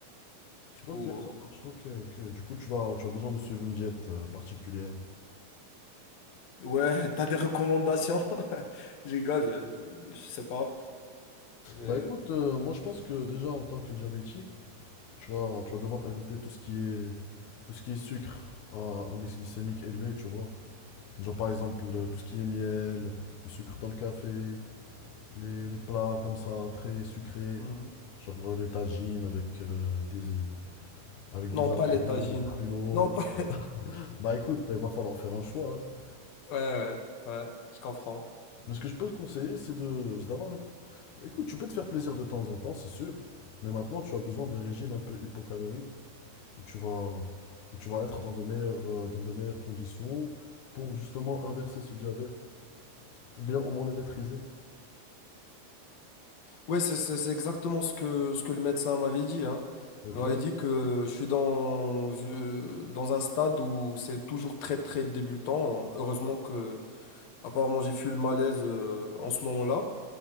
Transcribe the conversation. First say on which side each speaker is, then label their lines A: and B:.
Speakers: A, on the left; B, on the left.
A: Du coup,
B: Ok, ça marche. Ok, ok. Du coup, tu dois, tu as besoin de suivre une diète euh, particulière.
A: euh, ouais, <laughs> t'as des recommandations? <laughs> Je rigole, euh, je sais pas. mais-
B: Bah écoute, euh, moi je pense que déjà en tant que diabétique, tu vas, tu vas devoir éviter tout ce qui est, tout ce qui est sucre à index glycémique élevé, tu vois. Genre par exemple tout ce qui est miel, le sucre dans le café, les, les plats comme ça, très sucrés,
A: Mhm.
B: genre euh, les tagines avec, euh, des, avec
A: Non,
B: des
A: pas
B: abricots
A: les tagines.
B: et des pruneaux.
A: Non, pas... <laughs>
B: Bah écoute, il va falloir faire un choix. hein.
A: Ouais, ouais, ouais, je comprends.
B: Mais ce que je peux te conseiller, c'est de, c'est d'avoir... Écoute, tu peux te faire plaisir de temps en temps, c'est sûr, mais maintenant tu as besoin d'un régime un peu hypocalorique, où tu vas, où tu vas être
A: Ouais,
B: dans de meilleures, euh, dans de meilleures conditions pour justement inverser ce diabète, ou bien au moins le maîtriser.
A: Ouais, c'est c'est- c'est exactement ce que, ce que le médecin m'avait dit, hein.
B: Ok?
A: Il m'avait dit que je suis dans, je- dans un stade où c'est toujours très, très débutant. hein. Heureusement que, apparemment, j'ai fui le malaise euh, en ce moment-là.